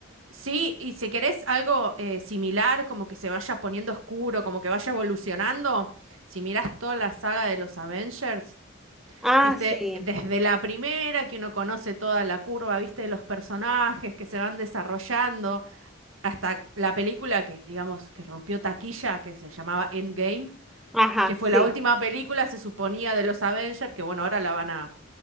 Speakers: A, on the right; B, in the centre.
A: Sí, y si querés algo eh, similar, como que se vaya poniendo oscuro, como que vaya evolucionando, si mirás toda la saga de los Avengers,
B: Ah,
A: viste,
B: sí,
A: desde la primera que uno conoce toda la curva, viste, de los personajes que se van desarrollando, hasta la película que, digamos, que rompió taquilla, que se llamaba Endgame,
B: ajá,
A: que fue
B: sí.
A: la última película, se suponía, de los Avengers, que bueno, ahora la van a,